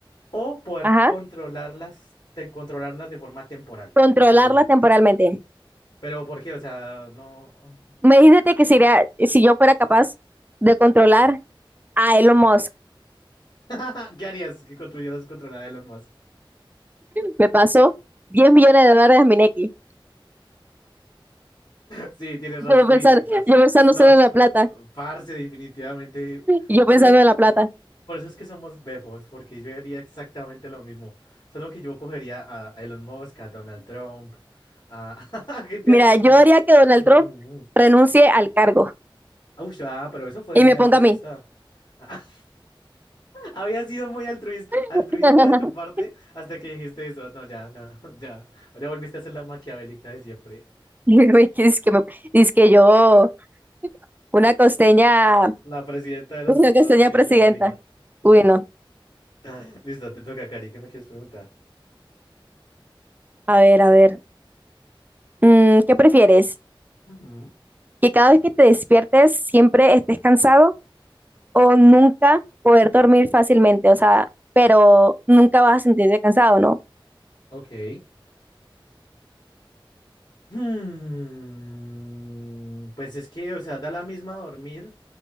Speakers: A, on the left (about 55°); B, on the right (about 20°).
A: O poder
B: ajá.
A: controlarlas, te- controlarlas de forma temporal.
B: Controlarla
A: ¿Qué preferirías?
B: temporalmente.
A: Pero ¿por qué? O sea, no.
B: Imagínate que sería, si yo fuera capaz de controlar a Elon Musk,
A: <laughs> ¿Qué harías que construyeras controlar a Elon Musk?
B: me pasó 10
A: <laughs>
B: millones de dólares a Mineki.
A: Sí, tienes
B: Yo
A: razón.
B: pensando,
A: Uy, sí, parce.
B: yo pensando
A: No,
B: solo en la
A: eh,
B: plata,
A: parce, definitivamente.
B: yo pensando
A: Por eso, por,
B: en la plata.
A: por eso es que somos befos, porque yo haría exactamente lo mismo. Solo que yo cogería a, a Elon Musk, a Donald Trump, a, <laughs> a gente
B: Mira,
A: así.
B: yo haría
A: ush.
B: que Donald
A: Mm, mm,
B: Trump
A: mm.
B: renuncie al cargo
A: Ush, ah, pero eso fue
B: y
A: muy
B: me ponga
A: altruista.
B: a mí.
A: <laughs> Había sido muy altruista, altruista
B: <laughs>
A: de tu parte hasta que dijiste eso. No, ya, no, <laughs> ya. Ya volviste a ser la maquiavélica de siempre.
B: Dice que, Es que, me- dice que yo, una costeña,
A: La presidenta de los
B: una
A: Estados
B: costeña
A: Unidos
B: presidenta.
A: de América.
B: Uy, no.
A: <laughs> Listo, te toca, Cari. ¿Qué me quieres preguntar?
B: A ver, a ver. Mm, ¿qué prefieres?
A: Ujú.
B: ¿Que cada vez que te despiertes siempre estés cansado o nunca poder dormir fácilmente, o sea, pero nunca vas a sentirte cansado, ¿no?
A: Ok. Hmm, Pues es que, o sea, da la misma dormir,